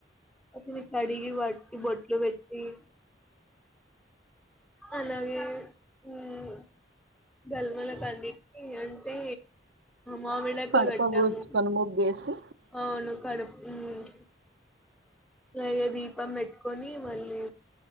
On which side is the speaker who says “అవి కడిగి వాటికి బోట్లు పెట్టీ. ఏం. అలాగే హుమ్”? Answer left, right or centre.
Centre